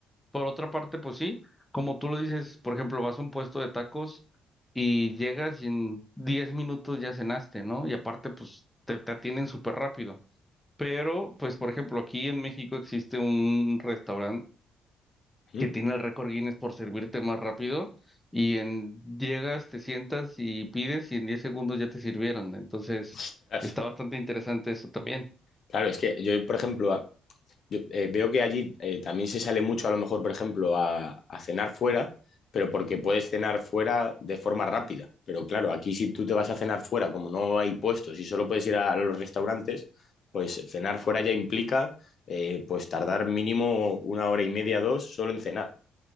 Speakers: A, in the centre; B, on the left.
A: Por otra parte, pues sí, como tú lo dices, por ejemplo, vas a un puesto de tacos y llegas y en 10 minutos ya cenaste, ¿no? Y aparte, pues te, te atienden súper rápido. Pero, pues, por ejemplo, aquí en México existe un restaurante
B: ujú.
A: que tiene el récord Guinness por servirte más rápido y en llegas, te sientas y pides y en 10 segundos ya te sirvieron. Entonces,
B: Ostras.
A: está bastante interesante eso también.
B: Claro, es que yo, por ejemplo, a- yo, eh, veo que allí eh, también se sale mucho, a lo mejor, por ejemplo, a, a cenar fuera, pero porque puedes cenar fuera de forma rápida. Pero claro, aquí si tú te vas a cenar fuera, como no hay puestos y solo puedes ir a, los restaurantes, pues cenar fuera ya implica eh, pues tardar mínimo una hora y media, dos, solo en cenar.